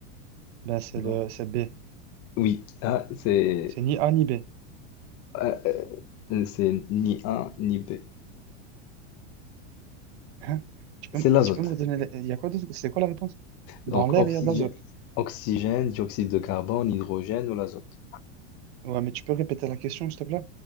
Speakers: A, on the right; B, on the left.
A: Ben, c'est le,
B: Non.
A: c'est B.
B: Oui, A, c'est
A: C'est ni A ni B.
B: A, c'est ni A ni B.
A: Hein? Tu peux,
B: C'est
A: m-
B: l'azote.
A: tu peux me redonner. les- Il y a quoi d'autre? C'est quoi la réponse? Dans
B: Donc,
A: l'air,
B: oxygène,
A: il y a de l'azote.
B: oxygène, dioxyde de carbone, hydrogène ou l'azote.
A: Ouais, mais tu peux répéter la question, s'il te plaît?